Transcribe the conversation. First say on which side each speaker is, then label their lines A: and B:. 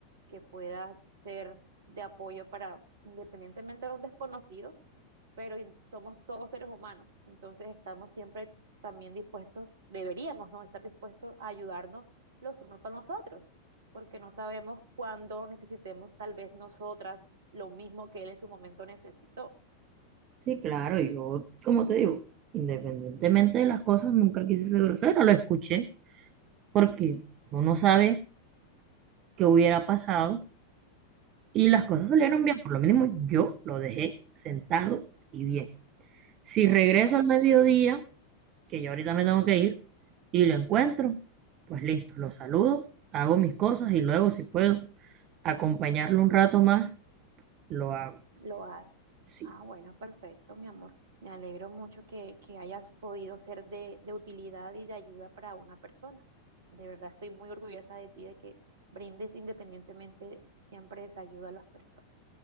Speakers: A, on the right; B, on the right.
A: que pueda ser de apoyo para, independientemente de un desconocido pero in- somos todos seres humanos, entonces estamos siempre también dispuestos, deberíamos, ¿no? Estar dispuestos a ayudarnos los unos con los otros, porque no sabemos cuándo necesitemos tal vez nosotras lo mismo que él en su momento necesitó.
B: Sí, claro, yo, como te digo, independientemente de las cosas, nunca quise ser grosero, lo escuché. porque uno no sabe qué hubiera pasado y las cosas salieron
A: Y
B: bien, por lo mínimo yo lo dejé sentado y bien. Si regreso
A: bueno,
B: al mediodía, que yo ahorita me tengo que ir, y lo encuentro, pues listo, lo saludo, hago mis cosas y luego si puedo acompañarlo un rato más, lo hago.
A: lo hace.
B: Sí,
A: Ah, bueno, perfecto, mi amor. Me alegro mucho que, que hayas podido ser de, de utilidad y de ayuda para una persona. De verdad estoy muy orgullosa de ti, de que brindes independientemente siempre esa ayuda a las personas.